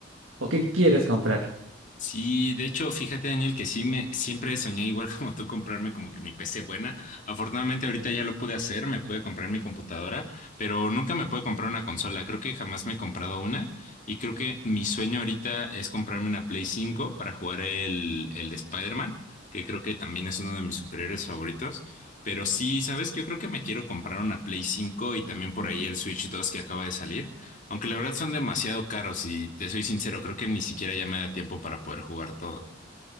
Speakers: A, on the right; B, on the left.
A: o qué quieres comprar?
B: Sí, de hecho, fíjate, Daniel, que sí me siempre soñé igual <laughs> como tú comprarme como que mi PC buena. Afortunadamente ahorita ya lo pude hacer, me pude comprar mi computadora, pero nunca me pude comprar una consola. Creo que jamás me he comprado una y creo que mi sueño ahorita es comprarme una Play 5 para jugar el, el de Spider-Man, que creo que también es uno de mis superhéroes favoritos. Pero sí, ¿sabes? Yo creo que me quiero comprar una Play 5 y también por ahí el Switch 2 que acaba de salir. Aunque la verdad son demasiado caros y te soy sincero, creo que ni siquiera ya me da tiempo para poder jugar todo.